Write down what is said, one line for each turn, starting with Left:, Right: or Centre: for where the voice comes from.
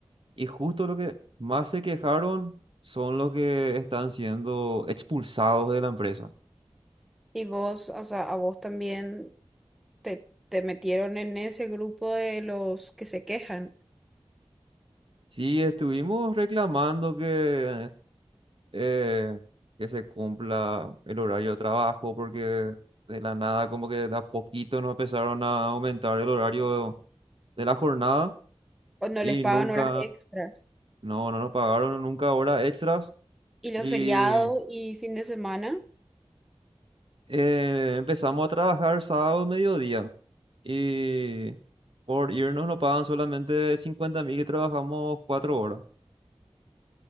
Right: Y justo lo que más se quejaron son los que están siendo expulsados de la empresa.
Centre: Y vos, o sea, a vos también te, te metieron en ese grupo de los que se quejan
Right: Sí, estuvimos reclamando que eh, que se cumpla el horario de trabajo, porque de la nada, como que de a poquito nos empezaron a aumentar el horario de la jornada
Centre: o no
Right: y
Centre: les pagan
Right: nunca,
Centre: horas extras.
Right: no, no nos pagaron nunca horas extras
Centre: Y los
Right: y
Centre: feriados y fin de semana.
Right: eh, empezamos a trabajar sábado mediodía y por irnos nos pagan solamente cincuenta mil y trabajamos cuatro horas